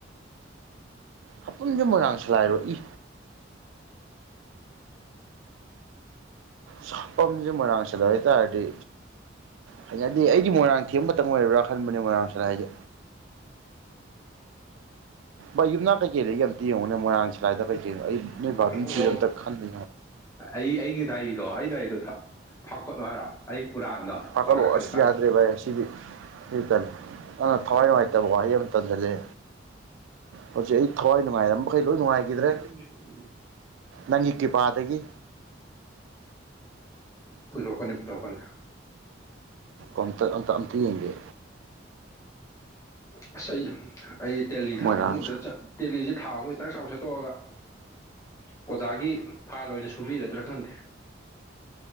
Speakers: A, on the right (about 80°); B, on the left (about 15°).
A: ꯍꯥꯄꯨꯝꯁꯦ ꯃꯣꯏꯔꯥꯡ ꯁꯂꯥꯏꯔꯛꯏ ꯁꯄꯝꯁꯦ ꯃꯥꯡꯁꯤꯗ ꯑꯣꯏꯇꯥꯔꯗꯤ ꯍꯥꯏꯩꯅꯗꯗꯤ ꯑꯩꯗꯤ ꯃꯣꯏꯔꯥꯡ ꯊꯦꯝꯕ ꯃꯇꯝꯪ ꯑꯣꯏꯔꯕ꯭ꯔꯥ ꯈꯟꯕꯅꯦ ꯃꯣꯏꯔꯥꯡꯁꯤꯗ ꯍꯥꯏꯁꯦ ꯚꯏ ꯌꯨꯝꯅꯥ ꯀꯩꯀꯩꯗꯒꯤ ꯑꯃꯇ ꯌꯦꯡꯉꯨꯅꯦ ꯃꯣꯏꯔꯥꯡ ꯁꯂꯥꯏꯗ ꯀꯩꯀꯩꯅꯣ ꯑꯩ ꯅꯣꯏ
B: ꯎꯝ
A: ꯚꯥꯚꯡ
B: ꯑꯣ
A: ꯆꯤꯗ ꯑꯝꯇ ꯈꯟꯕꯣ
B: ꯑꯩ ꯑꯩꯒꯤ ꯗꯥꯏꯗꯣ ꯑꯩ ꯗꯥꯏꯔꯤꯗꯣ ꯐꯥꯀꯠꯂꯣ ꯍꯥꯏꯔꯣ ꯑꯩ ꯄꯨꯔꯥꯟꯗꯣ
A: ꯄꯥꯈꯠꯂꯛ
B: ꯐꯥꯒꯠꯂꯛꯀꯅꯤ
A: ꯑ ꯑꯁꯤ
B: ꯐꯥ
A: ꯌꯥꯗ꯭ꯔꯦ ꯚꯥꯏ ꯁꯤꯗꯤ ꯏꯇꯅꯦꯦ ꯑ ꯊꯋꯥꯏ ꯅꯨꯡꯉꯥꯏꯇꯕꯣꯍꯩ ꯑꯃ ꯇꯟꯁꯤꯜꯂꯦ ꯍꯧꯖꯤꯛ ꯑꯩ ꯊꯋꯥꯏ ꯅꯨꯡꯉꯥꯏꯔꯝꯕ ꯃꯈꯈꯩ ꯂꯣꯏ ꯅꯨꯡꯉꯥꯏꯈꯤꯗ꯭ꯔꯦ
B: ꯎꯝ
A: ꯅꯪꯒꯤ ꯀ꯭ꯔꯤꯄꯥꯗꯒꯤ
B: ꯄꯨꯊꯣꯛꯀꯅꯤ ꯄꯨꯊꯣꯛꯀꯅꯤ <inaudible>
A: ꯑꯝꯇ ꯑꯝꯇ ꯑꯝꯇ ꯌꯦꯡꯒꯦ
B: ꯉꯁ ꯑꯩ ꯗꯦꯍꯤ ꯊꯥ
A: ꯃꯣꯏꯔꯥꯡꯁꯨ
B: ꯑꯃꯒꯤꯒꯤ ꯑꯝꯇ ꯆꯠ ꯇꯦꯂꯤꯁꯦ ꯊꯥ ꯑꯃ ꯏꯈꯤꯇꯪ ꯆꯥꯎ ꯁꯠꯇꯣꯛꯑꯒ ꯑꯣꯖꯥꯒꯤ ꯐꯥꯜ ꯑꯣꯏꯅ ꯁꯨꯕꯤꯔꯗ꯭ꯔꯥ ꯈꯪꯗꯦ